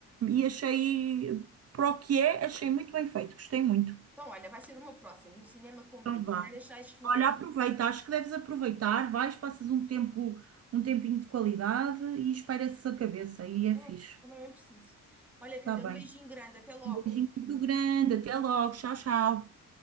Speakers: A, on the right (about 55°); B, in the centre.
A: e achei, para o que é, achei muito bem feito, gostei muito.
B: Então, olha, vai ser o meu próximo, no cinema com o
A: Então
B: miúdo.
A: vá.
B: Se calhar já este fim
A: Olha,
B: de semana.
A: aproveita, acho que deves aproveitar, vais, passas um tempo, um tempinho de qualidade e espaireces a cabeça e é
B: É,
A: fixe.
B: também é bem preciso. Olha,
A: Está
B: querida,
A: bem.
B: um beijinho grande. Até logo.
A: Um beijinho muito grande. Até logo. Tchau, tchau.